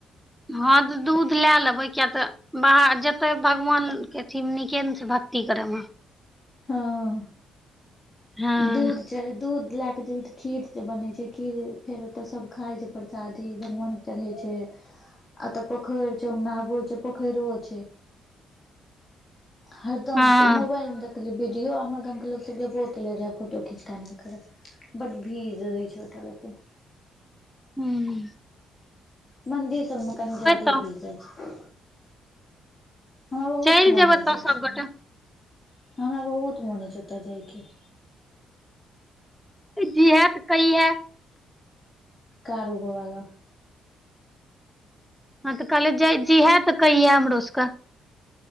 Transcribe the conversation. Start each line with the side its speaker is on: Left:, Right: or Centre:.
Centre: हँ तऽ दूध लए लेबै किया तऽ। बाहर जते भगवान के अथिमें तऽ निके छै न भक्ति कऽरम।
Left: हँ।
Centre: हँ
Left: दूध। दूध लए कऽ जेबही तऽ खीर बनै छै- खीर फेर ओतऽ सब खाइ छै परसादी- भगवान। चढ़ै छै, एतऽ पोखरि छै, नाहबै छै, पोखैरो छै। हरदम
Centre: हँ
Left: मोबाइल में देखलिए वीडियो, हमर गाम के लोक सभ गेबो। गेल रहे फोटो खिंचके आनलकै रहऽ, बड्ड भीड़ रहे छै ओतऽ लेकिन।
Centre: हूं।
Left: मन्दिर सबमें कनि जादे
Centre: तऽ
Left: भीड़ जाइ छै। हमरा बहुत
Centre: चलि
Left: मोन
Centre: जेबै
Left: होइ
Centre: तऽ
Left: छै ओतय
Centre: सबगोटा
Left: जायके, हमरा बहुत मोन होइ छै ओतय जायके।
Centre: जिहए तऽ कहिए।
Left: कारू बाबा लग।
Centre: हँ तऽ कहलियो जिहए तऽ कहिए हमरोसभके।